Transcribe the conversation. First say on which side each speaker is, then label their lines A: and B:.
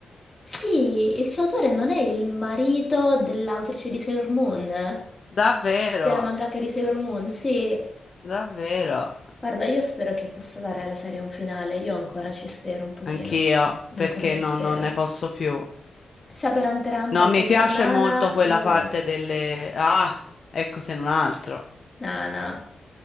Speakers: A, on the left; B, on the left.
A: Sì, il suo autore non è il marito dell'autrice di Sailor Moon,
B: Davvero,
A: della mangaka di Sailor Moon, sì.
B: davvero,
A: Guarda, io spero che possa dare alla serie un finale, io ancora ci spero un pochino,
B: anch'io,
A: io
B: perché
A: ancora ci
B: no-
A: spero.
B: non ne posso più.
A: Sia per Hunter x Hunter
B: No, mi
A: che
B: piace
A: per Nana,
B: molto quella
A: io...
B: parte delle... Ah, ecco se non altro.
A: Nana,